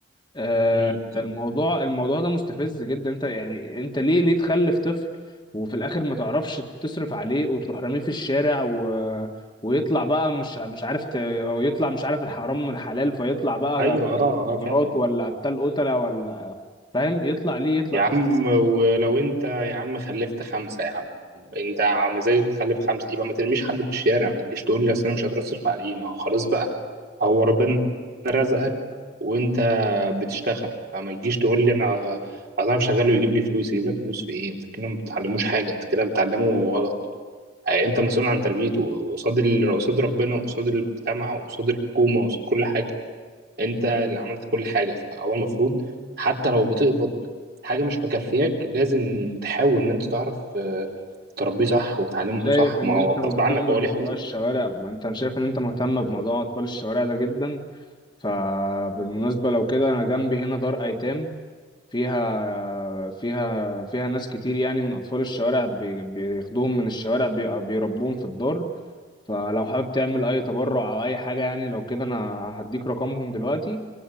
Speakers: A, on the left; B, on the right.
A: آه،
B: مم.
A: الموضوع الموضوع ده مستفز جدا انت يعني انت ليه ليه تخلف طفل وفي الاخر ما تعرفش تصرف عليه وتروح راميه في الشارع و... ويطلع بقى مش مش عارف ت... هو يطلع مش عارف الحرام من الحلال فيطلع بقى
B: أيوه
A: ده
B: أه أه فاهم
A: مخدرات ولا قتال قتلة ولا فاهم يطلع ليه يطلع
B: يا عم ولو انت يا عم خلفت خمسة يا عم انت مزاجك تخلف خمسة يبقى ما ترميش حد في الشارع ما تجيش تقول لي اصل انا مش قادر اصرف عليه ما هو خلاص بقى هو ربنا رزقك وانت بتشتغل فما تجيش تقول لي انا انا شغال ويجيب لي فلوس يجيب لك فلوس في ايه انت كده ما بتعلموش حاجة انت كده بتعلمه غلط اه، انت مسؤول عن تربيته قصاد ال- قصاد ربنا قصاد المجتمع وقصاد الحكومة وقصاد كل حاجة انت اللي عملت كل حاجه فهو المفروض حتى لو بتقبض حاجه مش مكفياك لازم تحاول ان انت تعرف آه، تربيه صح وتعلمه
A: شايف
B: صح
A: ان
B: ما هو
A: انت مهتم
B: غصب عنك هو
A: بموضوع
B: ليه حقوق
A: الشوارع ما انت شايف ان انت مهتم بموضوع اطفال الشوارع ده جدا فبالمناسبة لو كده انا جنبي هنا دار ايتام فيها فيها فيها ناس كتير يعني من اطفال الشوارع بي- بياخدوهم من الشوارع بي- بيربوهم في الدار فلو حابب تعمل اي تبرع او اي حاجة يعني لو كده انا هديك رقمهم دلوقتي